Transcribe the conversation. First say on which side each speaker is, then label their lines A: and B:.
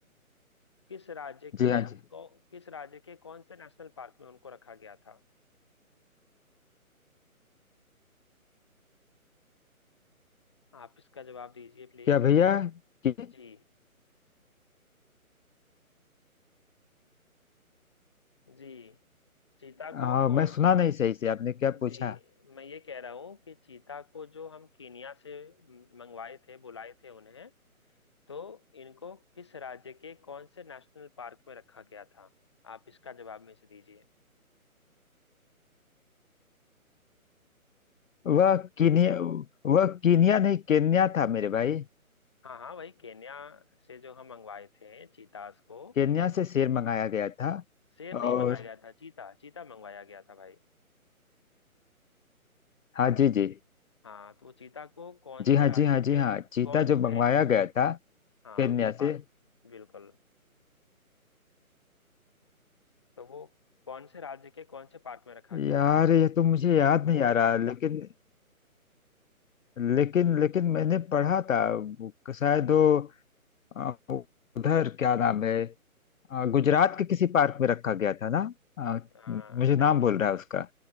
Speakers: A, on the left; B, on the left.
A: किस राज्य के
B: जी हाँ, जी।
A: कौ, किस राज्य के कौन से नेशनल पार्क में उनको रखा गया था आप इसका जवाब दीजिए प्लीज
B: क्या भैया कि
A: जी जी चीता
B: हाँ,
A: को
B: मैं
A: कौन
B: सुना
A: से
B: नहीं सही से आपने क्या पूछा?
A: जी मैं ये कह रहा हूँ कि चीता को जो हम कीनिया से मंगवाए थे बुलाए थे उन्हें तो इनको किस राज्य के कौन से नेशनल पार्क में रखा गया था आप इसका जवाब में से दीजिए
B: वह कीनिया वह कीनिया नहीं केन्या था मेरे भाई।
A: हाँ हाँ वही केन्या से जो हम मंगवाए थे चीतास को
B: केन्या से शेर मंगाया गया था
A: शेर नहीं
B: और
A: मंगाया गया था चीता चीता मंगवाया गया था भाई
B: हाँ जी, जी।
A: हाँ तो वो चीता को कौन
B: जी
A: से
B: हाँ,
A: राज्य
B: जी हाँ, जी
A: के
B: हाँ।
A: कौन
B: चीता जो
A: से
B: मंगवाया गया था
A: हाँ
B: केन्या से
A: पार्क बिल्कुल तो वो कौन से राज्य के कौन से पार्क में रखा गया
B: यार
A: था
B: ये तो मुझे याद नहीं आ रहा लेकिन लेकिन लेकिन मैंने पढ़ा था वो शायद वो अ, उधर क्या नाम है अ, गुजरात के किसी पार्क में रखा गया था ना अ,
A: आ,
B: मुझे
A: नहीं
B: नाम
A: नहीं
B: भूल रहा है उसका